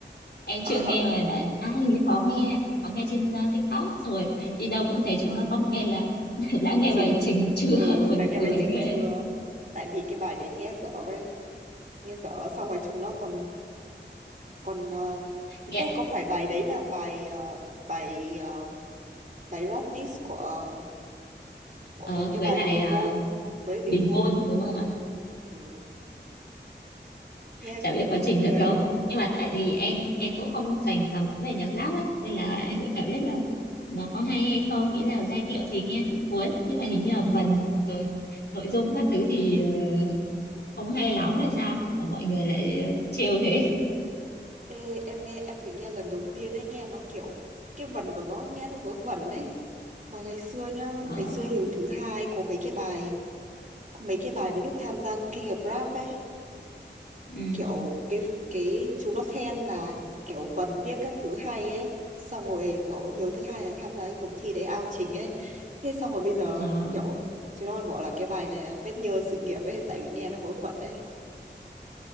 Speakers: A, on the left; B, on the right.
A: em chưa
B: <laughs>
A: nghe
B: ờ,
A: mà đã à, hình như có nghe có nghe trên ờ, TikTok xong rồi đi đâu cũng thấy chúng
B: ờ,
A: nó comment là <laughs> đã nghe
B: trình
A: bài Trình chưa
B: ờ
A: buồn
B: đã nghe
A: cười
B: bài trình
A: ghê
B: chưa tại vì cái bài đấy nghe dở vậy nghe dở xong rồi chúng nó còn còn ờ,
A: nghe
B: ê có phải bài đấy là bài ờ, bài ờ, bài rap diss của ờ, của
A: ờ,
B: một cái
A: với
B: bài
A: lại
B: của Bình
A: ờ,
B: Gôn không với Bình
A: Bình
B: Gôn
A: Gôn đúng không ạ
B: ừ. nghe
A: chả
B: c-
A: biết
B: buồn
A: có Trình
B: cười
A: thật không nhưng mà tại vì em em cũng không dành lắm về nhạc rap ấy nên là em cũng chả biết là nó có hay hay không nghĩa là giai điệu thì nghe cũng cuốn nhưng mà hình như là vần rồi nội dung các thứ thì ờ, không hay lắm hay sao mà mọi người lại ờ, trêu thế
B: Ê, em nghe em phải nghe lần đầu tiên ấy nghe nó kiểu cái vần của nó nghe nó vớ vẩn đấy mà ngày xưa nhá
A: Ờ,
B: ngày xưa Hiếu thứ hai có mấy cái bài có mấy cái bài mà lúc tham gia King of Rap ấy
A: ừ,
B: kiểu cái cái chúng nó khen là kiểu vần viết các thứ hay ấy xong rồi bảo Hiếu thứ hai là tham gia cái cuộc thi đấy ao trình ấy thế xong rồi bây giờ
A: ờ.
B: kiểu chúng nó còn bảo là cái bài này là vết nhơ sự nghiệp ấy tại vì nghe nó vớ vẩn ấy